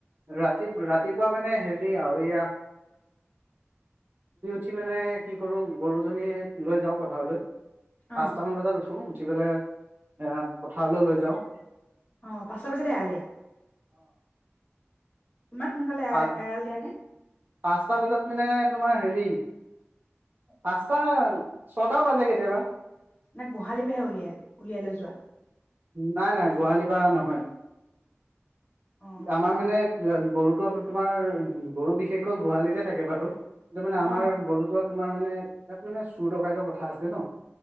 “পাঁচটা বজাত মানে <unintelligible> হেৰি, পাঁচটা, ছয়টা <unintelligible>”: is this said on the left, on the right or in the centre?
Right